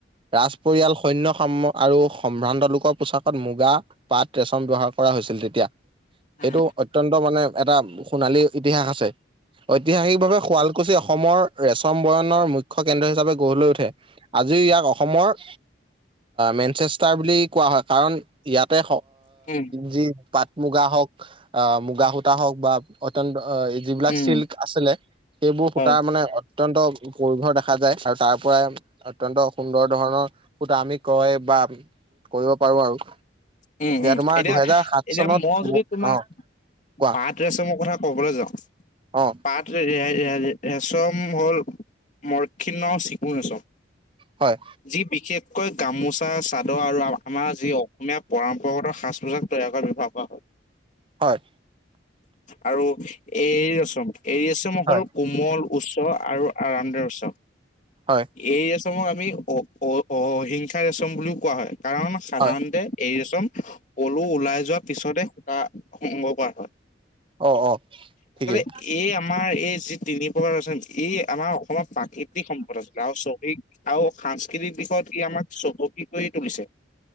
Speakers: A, on the right; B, on the left.
A: ৰাজ পৰিয়াল- সৈন্য সাম আৰু সম্ভ্ৰান্ত লোকৰ পোছাকত মুগা পাত ৰেচম ব্যৱহাৰ কৰা হৈছিল তেতিয়া।
B: উম
A: সেইটো অত্ন্ত মানে এটা সোণালী ইতিহাস আছে। ঐতিহাসিকভাৱে শুৱাল- কুছি অসমৰ ৰেচম বয়ণৰ মুখ্য কেন্দ্ৰ হিচাপে গঢ় লৈ উঠে। আজি ইয়াক অসমৰ- মেনচেষ্টাৰ বুলি কোৱা হয়, কাৰণ ইয়াতে
B: উম
A: যি পাট মুগা হওঁক, অ মুগা সূতা হওঁক বা অত্যন্ত যিবিলাক
B: উম
A: চিল্ক আছিলে, সেইবোৰ সূতাৰ
B: হয়
A: মানে অত্যন্ত পৰিভৰ দেখা যায়, আৰু তাৰ পৰাই অত্যন্ত সুন্দৰ ধৰণৰ আমি কয় বা কৰিব পাৰো আৰু।
B: উম' উম
A: তোমাৰ
B: 'এতিয়া
A: দুহেজাৰ সাত
B: এতিয়া
A: চনত
B: মই যদি
A: মু-
B: তোমাক
A: অ কোৱা
B: পাত ৰেচৰ কথা ক'বলে যাওঁ,
A: অ
B: পাত ৰেচম হ'ল মৰক্ষিণৰ চিকুণেচম।
A: হয়।
B: যি বিশেষকৈ গামোচা চাদৰ আৰু আমাৰ যি অ অসমীয়া পৰম্পৰাগত সাজ পোছাক তৈয়াৰ কৰি ব্যৱহাৰ কৰা হয়।
A: হয়।
B: আৰু এৰী ৰেচম, এৰী ৰচম হ'ল
A: হয়
B: কোমল উচ্চ আৰু আৰাম দায়ক উচ্চ।
A: হয়
B: এই ৰেচমক আমি অ অ অহিংসা ৰেচম বুলিও কোৱা হয়। কাৰণ সাধাৰণতে
A: হয়
B: এই ৰেচম পলু ওলাই যোৱাৰ পিছতহে সূতা সংগ্ৰহ কৰা হয়।
A: অ অ ঠিকেই
B: আচলতে এই আমাৰ এই যি তিনি প্ৰকাৰ ৰেচন, এই আমাৰ অসমত প্ৰাকৃতিক সম্পদ আছিল আৰু শহিক আৰু সা কৃতিৰ দিশত ই আমাক চহকী কৰি তুলিছে।